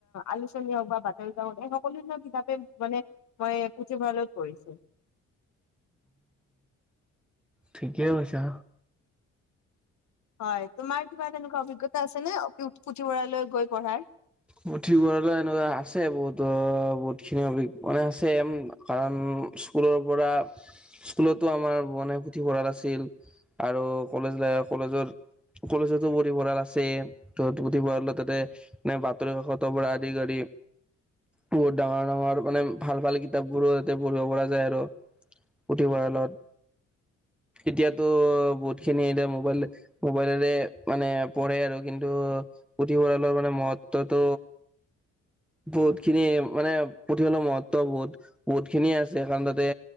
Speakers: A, on the left; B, in the centre.
A: আলোচনী হওক বা বাতৰিকাকত হওক এই সকলো ধৰণৰ কিতাপে মানে মই পুথিভঁৰালত পঢ়িছো।
B: ঠিকেই কৈছা।
A: হয় তোমাৰ কিবা তেনেকুৱা অভিজ্ঞতা আছে নে পুথিভঁৰালত গৈ পঢ়াৰ
B: পুথিভঁৰালো এনেকুৱা আছে বহুত বহুত খিনি মানে আছে কাৰণ স্কুলৰ পৰা স্কুলতো আমাৰ বনাই পুথিভঁৰাল আছিল আৰু কলেজ ল কলেজৰ কলেজতো পুথিভঁৰাল আছে ত পুথিভঁৰাল তাতে ন সত কত পৰা আদি কৰি বহুত ডাঙৰ ডাঙৰ মানে ভাল ভাল কিতাপ বোৰো তাতে পঢ়িব পৰা যায় আৰু পুথিভঁৰালত
A: <inaudible>
B: এতিয়াতো বহুতখিনি এতিয়া মোবাইল মোবাইলেৰে মানে পঢ়ে আৰু কিন্তু পুথিভঁৰালৰ মানে মহত্বটো
A: <inaudible>
B: বহুত খিনি মানে পুথিভঁৰালৰ মহত্ব বহুত বহুত খিনিয়ে আছে কাৰণ তাতে